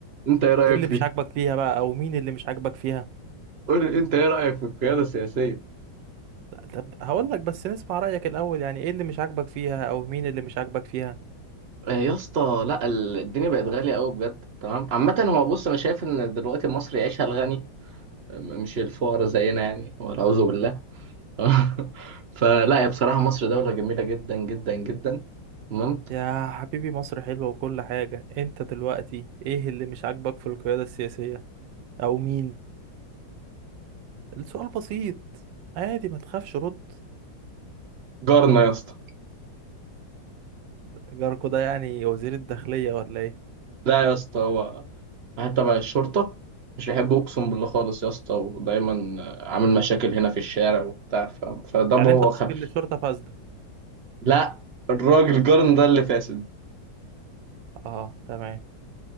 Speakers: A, on the right; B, on the right.
A: أنت إيه رأيك
B: ايه اللي
A: فيه؟
B: مش عاجبك فيها بقى او مين اللي مش عاجبك فيها
A: قول لي أنت إيه رأيك في القيادة السياسية؟
B: لا، طب هقول لك بس نسمع رأيك الاول يعني ايه اللي مش عاجبك فيها او مين اللي مش عاجبك فيها
A: آه، يا اسطى لا ال- الدنيا بقت غالية قوي بجد تمام عامة هو بص أنا شايف إن دلوقتي مصر يعيشها الغني م- مش الفقراء زينا يعني والعياذ بالله <laughs> فلا يا بصراحة مصر دولة جميلة جدا جدا جدا تمام
B: يا حبيبي مصر حلوة وكل حاجة انت دلوقتي ايه اللي مش عاجبك في القيادة السياسية او مين السؤال بسيط عادي ما تخافش رد
A: جارنا يا اسطى
B: جاركو ده يعني وزير الداخلية ولا ايه
A: لا يا اسطى هو واحد تبع الشرطة مش بيحب أقسم بالله خالص يا اسطى ودايما عامل مشاكل هنا في الشارع وبتاع ف... فده بابا
B: يعني انت قصدك
A: خل...
B: ان الشرطة فاسدة
A: لا الراجل جارنا ده اللي فاسد
B: اه تمام